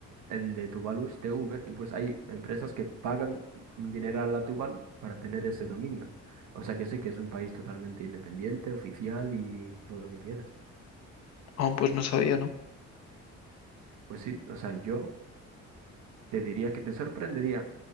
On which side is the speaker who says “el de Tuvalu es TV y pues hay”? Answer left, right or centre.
Right